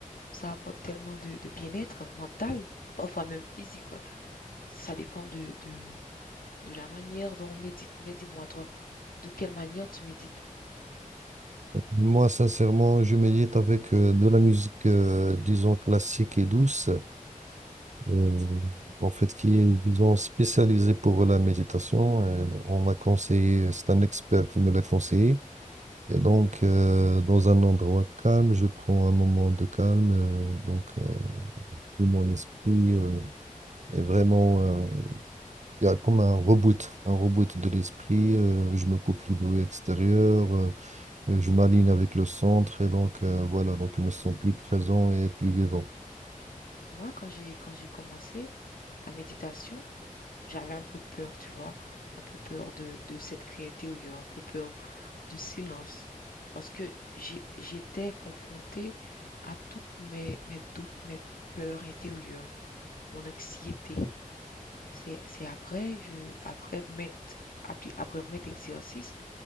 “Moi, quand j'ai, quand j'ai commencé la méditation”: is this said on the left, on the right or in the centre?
Left